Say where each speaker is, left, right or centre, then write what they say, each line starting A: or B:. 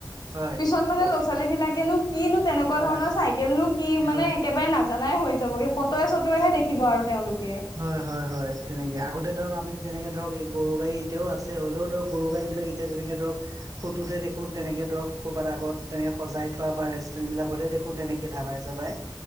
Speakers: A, on the right; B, on the left.
A: হয়
B: পিছত মানে
A: কওক
B: ল'ৰা-ছোৱালী বিলাকেনো কি নো তেনেকুৱা
A: হয়
B: ধৰণৰ চাইকেল নো কি মানে
A: হয়
B: একেবাৰে না জানাই হৈ যাবগে ফটোয়ে চটোয়েহে দেখিব আৰু তেওঁলোকে
A: হয়-হয়-হয় তেনেকৈ আগতে ধৰক আমি যেনেকৈ ধৰক এই গৰু গাড়ী এতিয়াও আছে হ'লেও ধৰক গৰু গাড়ীবিলাক এ <unintelligible> যেনেকে ধৰক ফটোতহে দেখো তেনেকে ধৰক ক'ৰবাত আগত তেনে সজাই থোৱা বা ৰেষ্টুৰেণ্ট বিলাকতহে দেখোন তেনেকে ধাবাই যাবাই।